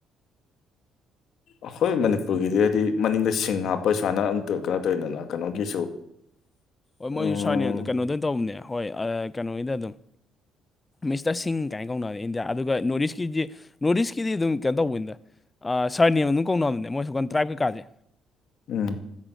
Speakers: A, on the left; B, on the left.
A: ꯑꯩꯈꯣꯏ ꯃꯅꯤꯄꯨꯔꯒꯤꯗꯤ ꯍꯥꯏꯗꯤ ꯃꯅꯤꯡꯗ ꯁꯤꯡ ꯍꯥꯥꯞ ꯄꯩꯁꯥꯅ ꯑꯝꯇ ꯀꯃꯥꯏ ꯇꯧꯔꯤꯅꯣ ꯀꯩꯅꯣꯒꯤꯁꯨ
B: ꯍꯣꯏ
A: ꯎꯝ
B: ꯃꯣꯏꯁꯨ ꯁꯥꯔꯅꯦ ꯀꯩꯅꯣꯗ ꯇꯧꯕꯅꯦ ꯍꯣꯏ ꯀꯩꯅꯣꯒꯤꯗ ꯑꯗꯨꯝ ꯃꯤꯁꯇꯔ ꯁꯤꯡ ꯀꯥꯏꯅ ꯀꯧꯅꯅꯦ ꯏꯟꯗꯤꯌꯥ ꯑꯗꯨꯒ ꯅꯣꯔꯠ ꯏꯁꯀꯤꯗꯤ ꯅꯣꯔꯠ ꯏꯁꯀꯤꯗꯤ ꯑꯗꯨꯝ ꯀꯩꯅꯣ ꯇꯧꯕꯅꯤꯗ ꯑ ꯁꯥꯔ ꯅꯦꯝ ꯑꯗꯨꯝ ꯀꯧꯅꯕꯅꯦ ꯃꯣꯏ ꯑꯁꯣꯝꯀꯥꯟ ꯇ꯭ꯔꯥꯏꯞ ꯀꯩꯀꯥꯁꯦ
A: ꯎꯝ